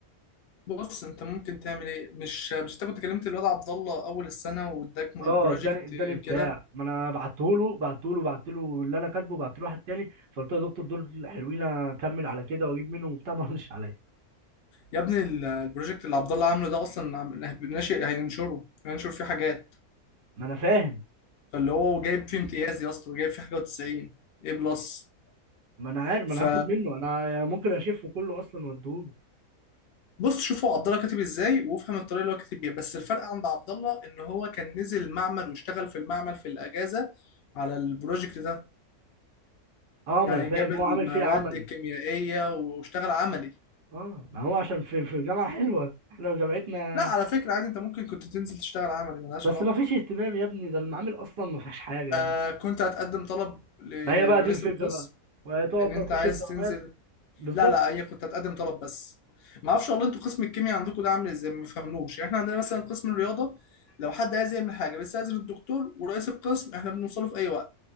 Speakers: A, on the left; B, on the right.
A: بص انت ممكن تعمل ايه مش مش انت كنت كلمت الواد عبد الله اول السنه واداك مج-
B: اه
A: بروجكت
B: اداني اداني بتاع
A: كده
B: ما انا بعته له بعته له بعت له اللي انا كاتبه بعت له واحد تاني فقلت له يا دكتور دول حلوين اكمل على كده واجيب منه وبتاع <laughs> ما ردش عليا
A: يا ابني ال- البروجكت اللي عبد الله عامله ده اصلا عم- ناشئ هينشره هينشر فيه حاجات
B: ما انا فاهم
A: فاللي هو جايب فيه امتياز يا اسطى جايب فيه حاجه و90 ايه بلس
B: ما انا عارف ما
A: ف
B: انا هاخد منه انا ممكن اشفه كله اصلا واديهوله
A: بص شوفوا عبد الله كاتب ازاي وافهم الطريقه اللي هو كاتب بيها بس الفرق عند عبد الله ان هو كان نزل معمل واشتغل في المعمل في الاجازه على البروجكت ده
B: اه ما
A: يعني
B: انا فاهم
A: جاب المواد
B: هو عامل فيه عملي
A: الكيميائيه واشتغل عملي
B: اه ما هو عشان في في جامعه حلوه احنا جامعتنا
A: لا على فكرة عادي انت ممكن كنت تنزل تشتغل عملي ملهاش
B: بس
A: علاقة
B: ما فيش اهتمام يا ابني ده المعامل اصلا ما فيهاش حاجه يا
A: آه
B: ابني
A: كنت هتقدم طلب لرئيس
B: ما هي بقى دي الفكره
A: القسم
B: بقى وتقعد
A: ان انت
B: بقى تخش
A: عايز
B: في دوامات
A: تنزل
B: بالظبط
A: لا لا هي كنت هتقدم طلب بس ما اعرفش والله انتوا قسم الكيمياء عندكم ده عامل ازاي ما فهمنوش يعني احنا عندنا مثلا قسم الرياضة لو حد عايز يعمل حاجة بس عايز الدكتور ورئيس القسم احنا بنوصله في اي وقت